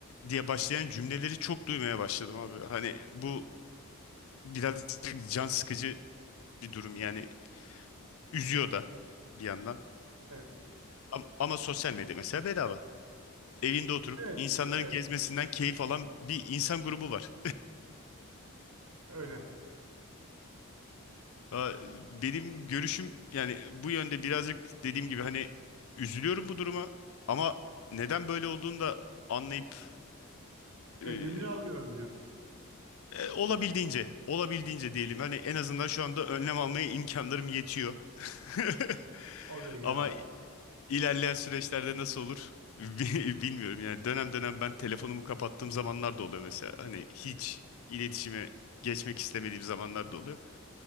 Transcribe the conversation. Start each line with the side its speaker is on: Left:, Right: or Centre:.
Left: diye başlayan cümleleri çok duymaya başladım abi. Hani bu biraz can sıkıcı bir durum yani üzüyor da bir yandan.
Right: Evet,
Left: Ama, ama sosyal medya mesela bedava. evinde oturup
Right: evet,
Left: insanların
Right: evet,
Left: gezmesinden keyif alan bir insan grubu var.
Right: öyle.
Left: <laughs> Aa, Benim görüşüm yani bu yönde birazcık dediğim gibi hani üzülüyorum bu duruma ama neden böyle olduğunu da anlayıp
Right: Önlemini
Left: e,
Right: alıyorum diyorsun.
Left: e, olabildiğince olabildiğince diyelim hani en azından şu anda önlem almaya imkanlarım yetiyor. <laughs>
Right: O da iyi
Left: Ama
Right: abi.
Left: İlerleyen süreçlerde nasıl olur <laughs> bi- bilmiyorum. Yani dönem dönem ben telefonumu kapattığım zamanlar da oluyor mesela. Hani hiç iletişime geçmek istemediğim zamanlar da oluyor.